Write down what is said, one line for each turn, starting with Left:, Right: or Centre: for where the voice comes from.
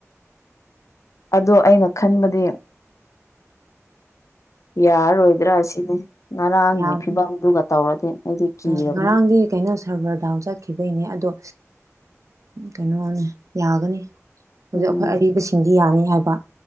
Left: ꯑꯗꯣ ꯑꯩꯅ ꯈꯟꯕꯗꯤ ꯌꯥꯔꯔꯣꯏꯗ꯭ꯔꯥ ꯁꯤꯅꯤ ꯉꯔꯥꯡꯒꯤ
Right: ꯌꯥꯕꯅꯤ
Left: ꯐꯤꯕꯝꯗꯨꯒ ꯇꯧꯔꯗꯤ ꯑꯩꯗꯤ ꯀꯤꯔꯕꯅꯤ
Right: ꯎꯝ ꯉꯔꯥꯡꯗꯤ ꯀꯩꯅꯣ ꯁꯔꯕꯔ ꯗꯥꯎꯟ ꯆꯠꯈꯤꯕꯩꯅꯦ ꯑꯗꯣ ꯀꯩꯅꯣꯅꯦ ꯌꯥꯒꯅꯤ ꯍꯧꯖꯤꯛ
Left: ꯎꯝ
Right: ꯑꯩꯈꯣꯏ ꯑꯔꯤꯕꯁꯤꯡꯗꯤ ꯌꯥꯅꯤ ꯍꯥꯏꯕ